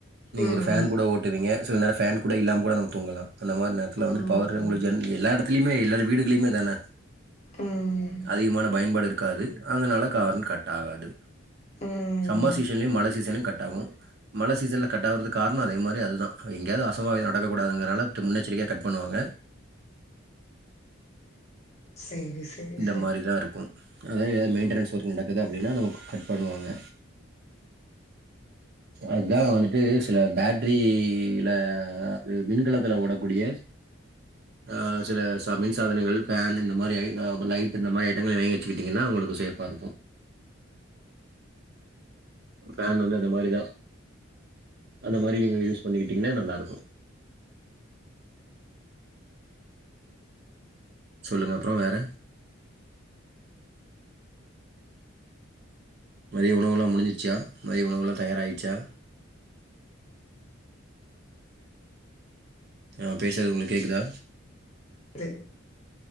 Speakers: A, on the right (about 55°); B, on the left (about 35°).
A: நீங்க
B: ம்.
A: ஒரு ஃபேன் கூட ஓட்டுவீங்க சில நேர ஃப் ஃபேன் கூட இல்லாம கூட நம்ம தூங்கலா அந்த மாரி நேரத்துல
B: ம்.
A: வந்துட்டு பவர்ரு உங்ளுக் ஜென் எல்லா எடத்துலியுமே எல்லா வீடுகளியுமே அதான
B: ம்.
A: அதிகமான பயன்பாடு இருக்காது அதனால கவன் கட் ஆகாது
B: ம்.
A: சம்மர் சீசன்லயும் மழ சீசன்லயும் கட் ஆகும் மழ சீசன்ல கட் ஆவுறதுக் காரணோ அதே மாரி அதுதா எங்கேயாது அசம்பாவிதம் நடக்க கூடாதுங்கனால து முன்னெச்சரிக்கைய கட் பண்ணுவாங்க
B: சரி, சரி,
A: இந்த
B: சரி.
A: மாரி தா இருக்கும் அதா ஏ மெயின்டனன்ஸ் ஒர்க் நடக்குது அப்டினா நமக்கு கட் பண்ணுவாங்க அதா வந்துட்டு சில பேட்டரி யில அது மின்கலத்துல ஓடக்கூடிய ஆ சில சா மின் சாதனங்கள் ஃபேனு இந்த மாரி ஐ ஆ அப்றோ லைட்டு இந்த மாரி ஐட்டங்கள வாங்கி வச்சுக்கிட்டீங்கனா உங்ளுக்கு சேஃப்பா இருக்கும் ஃபேன் வந்து அந்த மாரி தா அந்த மாரி நீங்க யூஸ் பண்ணிக்கிட்டீங்கனா நல்லாருக்கும் சொல்லுங்க அப்றோ வேற மதிய உணவெல்லா முடிஞ்சிருச்சா மதிய உணவு எல்லா தயாராடுச்சா நா பேசுறது உங்ளுக் கேக்குதா
B: து